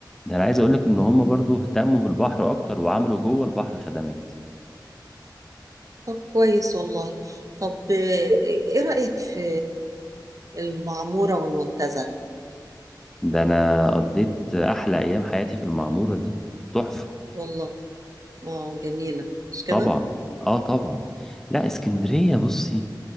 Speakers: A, in the centre; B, on the right (about 50°).
A: ده أنا عايز أقولك إن هم برضو اهتموا بالبحر أكتر وعملوا جوه البحر خدمات
B: طب كويس والله طب آه، ايه رايك في المعموره والمنتزه
A: ده أنا قضيت أحلى أيام حياتي في المعمورة دي تحفة
B: والله اه جميلة مش كده؟
A: طبعا اه طبعا لا اسكندرية بصي